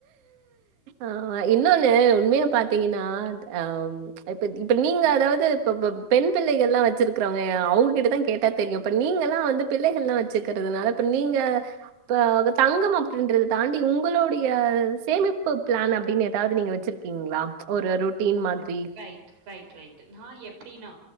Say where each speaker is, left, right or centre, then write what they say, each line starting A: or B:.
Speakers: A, on the right (about 80°); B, on the right (about 60°).
A: ஆமா இன்னொன்னு உண்மையா பாத் த்தீங்கன்னா அ இப்ப இப்ப நீங்க அதாவது இப்ப பப் பெண் பிள்ளைகள்ளா வச்சிருக்கிறவங்க அவுங்கிட்ட தா கேட்டா தெரியு இப்ப நீங்க எல்லா வந்து பிள்ளைகள்லா வச்சுக்கிறதுனால இப்ப நீங்க ப அது தங்கமா ன்டிறத தாண்டி உங் உங்கோளோடைய சேமிப்பு பிளான் அப்படின்னு ஏதாவது நீங்க வச்சிருக்கீங்களா ஒரு ரொட்டீன் மாதிரி
B: ரைட் ரைட் ரைட் நா எப்டினா